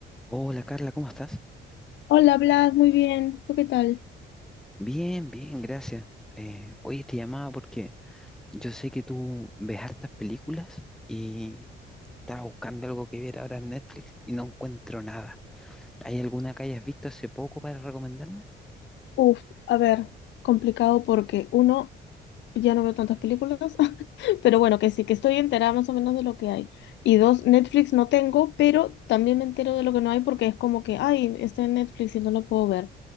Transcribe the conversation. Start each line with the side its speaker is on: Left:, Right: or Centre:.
Centre: Hola Carla, ¿cómo estás?
Left: Hola, Blas, muy bien. ¿Tú qué tal?
Centre: Bien, bien, gracias. Eh, oye, te llamaba porque yo sé que tú ves hartas películas y estaba buscando algo que ver ahora en Netflix y no encuentro nada. ¿Hay alguna que hayas visto hace poco para recomendarme?
Left: Uf, a ver, complicado porque uno, ya no veo tantas películas, <laughs> pero bueno, que sí, que estoy enterada más o menos de lo que hay. Y dos, Netflix no tengo, pero también me entero de lo que no hay porque es como que, ay, está en Netflix y no lo puedo ver.